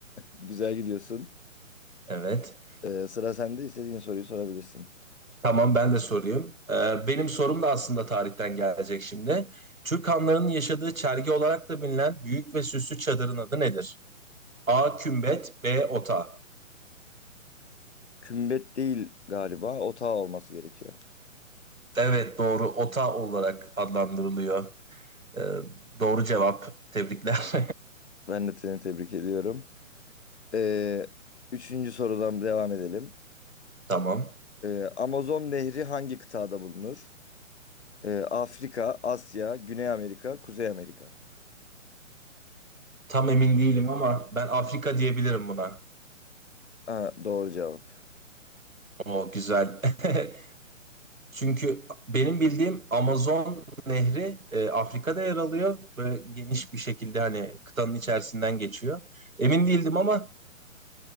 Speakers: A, on the left; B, on the right.
A: Güzel gidiyorsun.
B: Evet.
A: Ee, sıra sende istediğin soruyu sorabilirsin.
B: Tamam ben de sorayım. Ee, benim sorum da aslında tarihten gelecek şimdi. Türk hanlarının yaşadığı çergi olarak da bilinen büyük ve süslü çadırın adı nedir? A. Kümbet B. Ota
A: Kümbet değil galiba. Otağı olması gerekiyor.
B: Evet doğru Ota olarak adlandırılıyor. Ee, doğru cevap. Tebrikler.
A: Ben de seni tebrik ediyorum. Ee, üçüncü sorudan devam edelim.
B: <laughs> Tamam.
A: Ee, Amazon Nehri hangi kıtada bulunur? Ee, Afrika, Asya, Güney Amerika, Kuzey Amerika.
B: Tam emin değilim ama ben Afrika diyebilirim buna.
A: Aa, doğru cevap.
B: O güzel. <laughs> Çünkü benim bildiğim Amazon Nehri e, Afrika'da yer alıyor. Böyle geniş bir şekilde hani kıtanın içerisinden geçiyor. Emin değildim ama